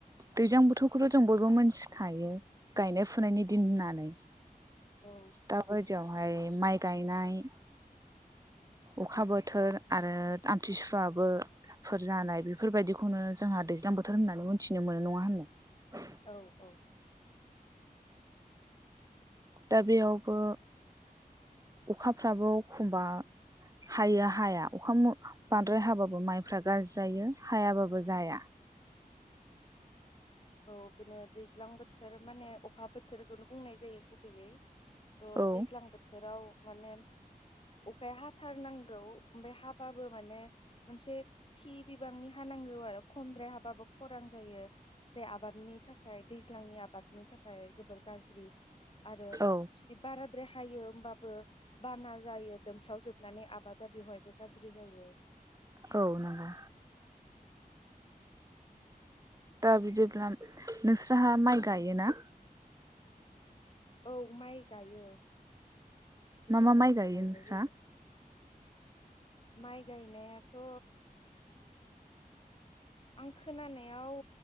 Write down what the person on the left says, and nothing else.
औ।
औ औ।
औ बिनो दैज्लां बोथोर माने अखा बोथोरखौनो बुंनाय जायो गुबैयै। थ'
दैज्लां बोथोराव माने अखाया हाथारनांगौ ओमफ्राय हाबाबो माने मोनसे थि बिबांनि हा नांगौ आरो खमद्राय हाब बाबो खरां जायो। जाय आबादनि थाखाय दैज्लांनि आबादनि थाखाय जोबोर गाज्रि आरो
जुदि बाराद्राय हायो होमबाबो बाना जायो लोमसाव जोबनानै आबादा बेवहायबो गाज्रि जायो।
औ माइ गायो दैज्लाङाव
गायनाय
जायो माइ गायनायाथ' आं खोनानायाव